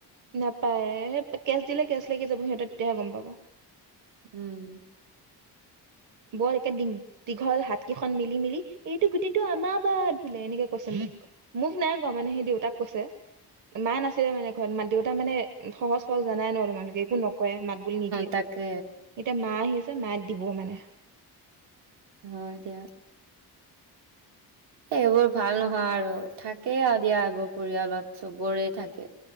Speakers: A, on the right (about 50°); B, on the right (about 85°).
A: নাপায় কেচ দিলে কেচ লাগি যাব সিহঁত তেতিহে গম পাব
B: উম
A: বৰ একে দীঘল হাত কেইখন মেলি মেলি এইটো গুটিটো আমাৰ বাদ বোলে এনেকে কৈছে মোক মোক নাই মানে সেই দেউতাক কৈছে মা নাছিলে মানে ঘৰত দেউতা মানে সহজ সৰল জানাই ন তোমালোকে একো নকৰে মাত বুলি নিদিয়ে
B: তাকে
A: এতিয়া মা আহি মাত দিবও মানে
B: অ হয় দিয়া সেইবোৰ ভাল নহয় আৰু থাকেই আৰু দিয়া এইবোৰ পৰিয়ালত চবৰে থাকে